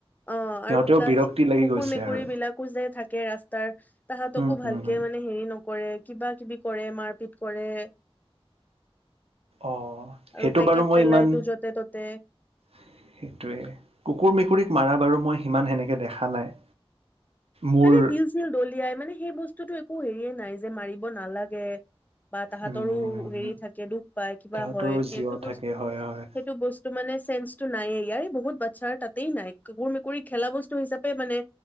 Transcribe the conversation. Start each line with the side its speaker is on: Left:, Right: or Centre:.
Left: অ
Right: সিহঁতেও
Left: আৰু প্লাছ
Right: বিৰক্তি লাগি
Left: কুকুৰ
Right: গৈছে
Left: মেকুৰী
Right: আৰু
Left: বিলাকো যে থাকে ৰাস্তাৰ তাহতকো
Right: উম
Left: ভালকে
Right: উম উম
Left: মানে হেৰি নকৰে কিবা। কিবি কৰে মাৰপিট কৰে।
Right: অ
Left: আৰু
Right: সেইটো
Left: পেকেট
Right: বাৰু মই
Left: পেলাইতো
Right: ইমান
Left: য'তে ত'তে
Right: সেইটোৱে কুকুৰ মেকুৰীক মাৰা বাৰু মই সিমান সেনেকে দেখা নাই। মোৰ
Left: মানে শিল চিল দলিয়াই মানে সেই বস্তুটো একো হেৰিয়ে নাই যে মাৰি ব নালাগে। বা তাহতৰো
Right: উম
Left: হেৰি থাকে দুখ পাই কিবা
Right: তাহতৰো
Left: হয় সেইটো
Right: জীৱ
Left: বস্তু
Right: থাকে হয় হয়
Left: সেইটো বস্তু মানে চেন্সটো নাইয়ে ইয়াৰে বহুত বা চাৰ তাতেই নাই কুকুৰ মেকুৰী খেলা বস্তু হিচাপে মানে